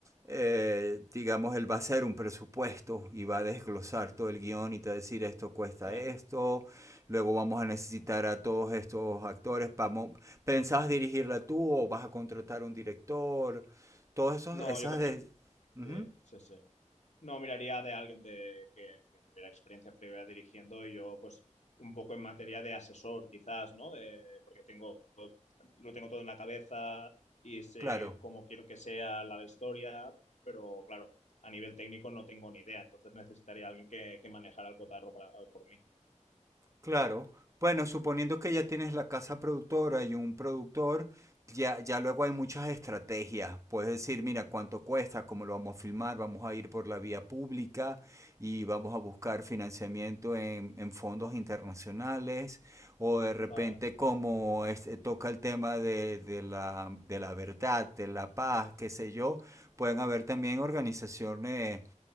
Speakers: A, on the right; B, on the left.
A: eh, digamos, él va a hacer un presupuesto y va a desglosar todo el guión y te va a decir esto cuesta
B: Ya.
A: esto, luego vamos a necesitar a todos estos actores, vamos, ¿pensás dirigirla tú o vas a contratar un director? Todas esas...
B: No, yo contra...
A: De... Uh
B: Sí,
A: -huh,
B: sí, sí. No, miraría de alguien de, que, que tuviera experiencia previa dirigiendo y yo, pues, un poco en materia de asesor, quizás, ¿no? De- porque tengo, lo tengo todo en la cabeza y sé
A: claro.
B: cómo quiero que sea la historia, pero claro, a nivel técnico no tengo ni idea, entonces necesitaría a alguien que, que manejara el cotarro para- por mí.
A: Claro. Bueno, suponiendo que ya tienes la casa productora y un productor, ya, ya luego hay muchas estrategias. Puedes decir, mira, cuánto cuesta, cómo lo vamos a filmar, vamos a ir por la vía pública y vamos a buscar financiamiento en, en fondos internacionales. O de
B: Vale,
A: repente, como este, toca el tema de, de la, de la verdad, de la paz, qué sé yo, pueden haber también organizaciones